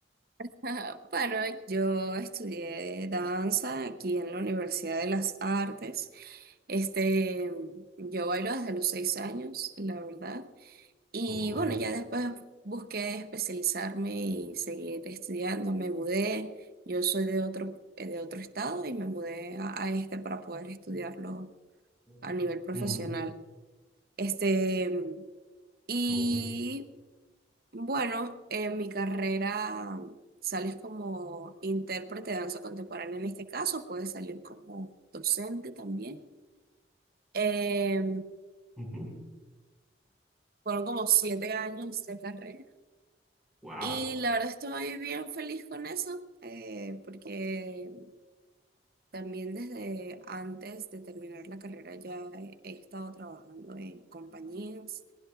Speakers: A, on the right; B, in the centre.
A: <laughs> Ajá, Bueno, yo estudié danza aquí en la Universidad de las Artes. Este, yo bailo desde los seis años, la verdad. Y
B: Oh,
A: bueno, ya después busqué especializarme y seguir estudiando. Me mudé. Yo soy de otro, eh, de otro estado y me mudé a, a este para poder estudiarlo
B: ujú,
A: a nivel profesional. Este, y
B: oh,
A: bueno, en mi carrera sales como intérprete de danza contemporánea en este caso, puedes salir como docente también. Eh,
B: ujú.
A: fueron como siete años de carrera
B: Wow,
A: y la verdad estoy bien feliz con eso eh, porque también desde antes de terminar la carrera ya he, he estado trabajando en compañías